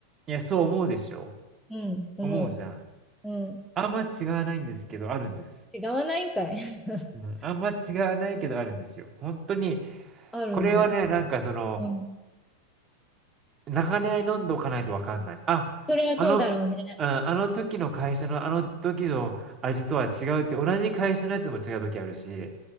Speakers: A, on the right; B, in the centre.
A: いや、そう思うでしょ？
B: うん、思
A: 思うじゃん。
B: う。うん。
A: あんま違わないんですけど、あるんです。
B: 違わないんかい。<laughs>
A: うん、あんま違わないけどあるんですよ。ほんとに、
B: あるんだ。
A: これはね、なんかその、
B: うん。
A: 長年飲んどかないとわかんない。あ、
B: それはそうだろうね
A: あのうん、あの時の会社のあの時の味とは違うって、同じ会社のやつでも違う時あるし、